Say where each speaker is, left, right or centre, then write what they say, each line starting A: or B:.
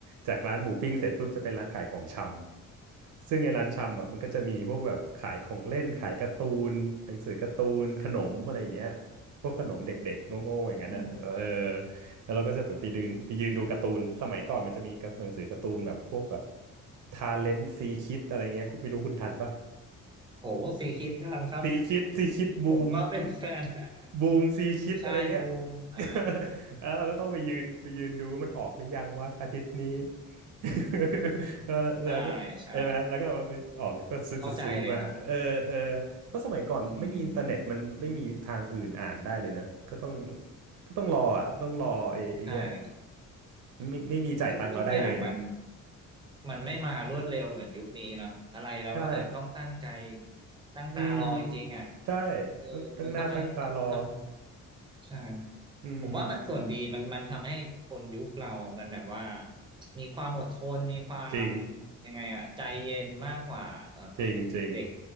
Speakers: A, on the right; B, on the right.
A: จากร้านหมูปิ้งเสร็จปุ๊บจะเป็นร้านขายของชำซึ่งไอ้ร้านชำอ่ะมันก็จะมีพวกแบบขายของเล่นขายการ์ตูนหนังสือการ์ตูนขนมอะไรอย่างเงี้ยพวกขนมเด็กๆโง่ๆอย่างนั้นอ่ะเออ
B: อืม
A: แล้วเราก็จะแบบไปยืนไปยืนดูการ์ตูนสมัยก่อนมันจะมีกับหนังสือการ์ตูนแบบพวกแบบทาเลนต์ซีคิดอะไรเงี้ยคุณไม่รู้คุณทันป่ะ
B: โหสีคิดทำครับ
A: ซีคิดซีคิดบูม
B: ผมก็เป็นแฟน <laughs>
A: บูมซีคิดอะไรเงี้ย
B: ใช่บูมอ่า
A: <laughs> แล้วเราก็ต้องไปยืนไปยืนดูว่ามันออกหรือยังวะอาทิตย์นี้ <laughs> แล้วแล้วก็ใช่ไหมแล้วก็เอาไปออกแล้วก็ซื้อจะซื้อมาเออเออ
B: ใช่ใช่เข้าใจเลยครับ
A: เพราะสมัยก่อนไม่มีอินเทอร์เน็ตมันไม่มีทางอื่นอ่านได้เลยเนอะ
B: อืมอืม
A: ก็ต้อง ก็ต้องรออ่ะต้องรอไอ้ไอ้เนี่ย
B: ใช่
A: ไม่ไม่มีจ่ายตังค์เราได้เลย
B: ทุกทุกอย่างมันมันไม่มารวดเร็วเหมือนยุคนี้เนาะอะไรเราก็แบบต้องตั้งใจ
A: ใช่
B: ตั้งตารอจริงๆอ่ะ
A: อืมใช่
B: เออมันทำให้ทำใช่
A: ต้องตั้งหน้าตั้งตารออืม
B: ผมว่ามันส่วนดีมันมันทำให้คนยุคเรามันแบบว่ามีความอดทนมีความ
A: จริง
B: ยังไงอะใจเย็นมากกว่าเอ่อ
A: จริงจริง
B: เด็ก